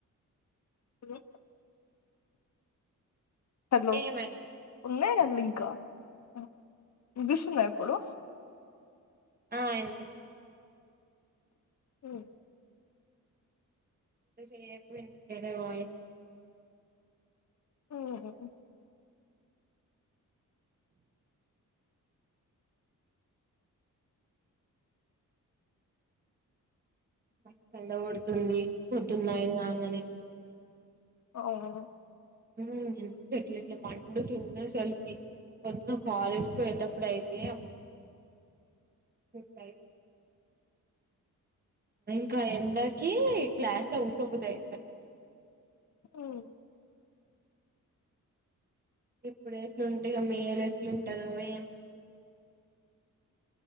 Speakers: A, on the left; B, on the right.
A: హలో హలో
B: ఏమైంది
A: ఉన్నాయి రా లింకా ఆ వినిపిస్తుందా ఇప్పుడు
B: ఆ వినిపిస్
A: ఉమ్
B: ఇంత సేపు వినిపియ్యలేదు వాయిస్
A: హ్ హ్
B: మస్తు ఎండ కొడుతుంది పొద్దునే నైన్ కంగానే
A: అవును
B: ఉ ఎంత ఎట్ల ఎట్ల మండుతుంది అసల్ కి నువ్వు కాలేజ్ కు వెళ్ళటప్పుడయితే గుడ్ నైట్ ఇంకా ఎండాకి క్లాస్ లో కూసోబుద్ది <inaudible>
A: మ్మ్
B: ఇప్పుడు ఎట్లుంటుగా మీలు ఎట్లుంటదో ఏం